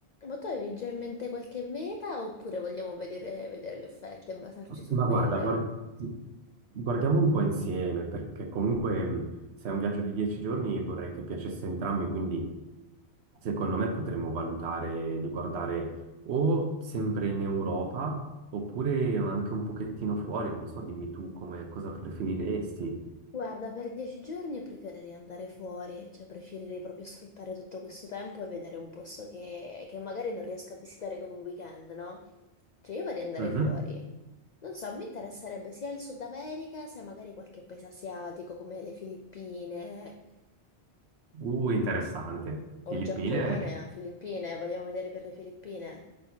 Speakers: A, on the left (about 50°); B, on the right (about 80°).
A: ma tu avevi già in mente qualche meta oppure vogliamo vedere vedere le offerte e basarci su
B: Ma
A: quelle?
B: guarda, guar- guardiamo un po' insieme, perché comunque mh, se è un viaggio di dieci giorni vorrei che piacesse a entrambi, quindi secondo me potremmo valutare di guardare o sempre in Europa oppure anche un pochettino fuori, non so, dimmi tu come, cosa preferiresti.
A: Guarda, per dieci giorni preferirei andare fuori, cioè preferirei proprio sfruttare tutto questo tempo e vedere un posto che, che magari non riesco a visitare con un weekend, no? Cioè io vorrei andare
B: Mhm.
A: fuori. Non so, mi interesserebbe sia il Sud America, sia magari qualche paese asiatico come le Filippine
B: Uh, interessante. Filippine,
A: o il Giappone, ah, Filippine, vogliamo vedere per le Filippine?